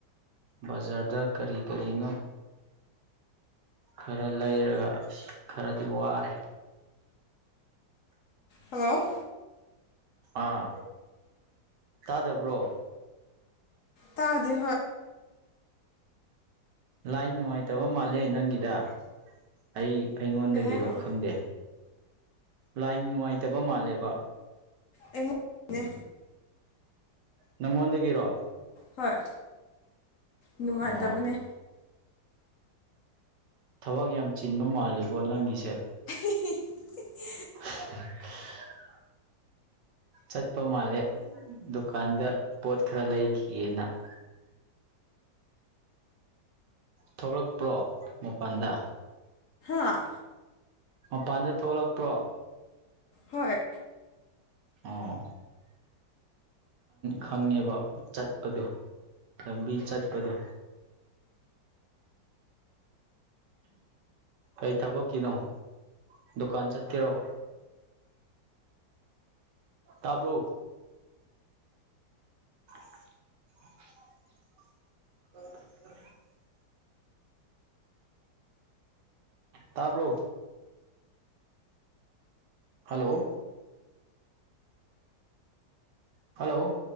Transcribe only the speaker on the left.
ꯍꯜꯂꯣ
ꯇꯥꯗꯦ ꯐꯦ
ꯀꯩ ꯍꯥꯏꯅꯣ
ꯑꯩꯉ
ꯍꯣꯏ ꯅꯨꯡꯉꯥꯏꯇꯕꯅꯦ
<inaudible>
ꯑ
ꯍꯣꯏ